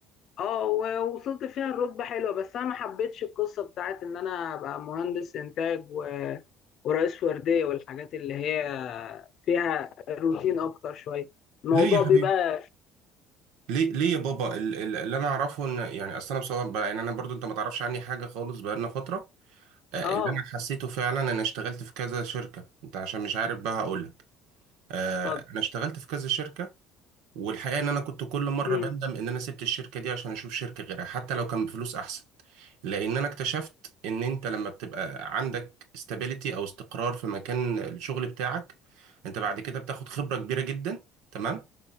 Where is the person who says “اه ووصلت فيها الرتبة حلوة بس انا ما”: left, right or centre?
Left